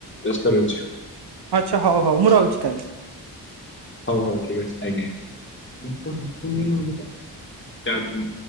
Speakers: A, on the left; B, on the right.
A: ବ୍ୟ <unintelligible>
B: ଆଚ୍ଛା ହଉ ହଉ ମୁଁ ରହୁଚି ତାହେଲେ।
A: ହଉ ହଉ ଠିକ୍ ଅଛି ଆଜ୍ଞା। <unintelligible>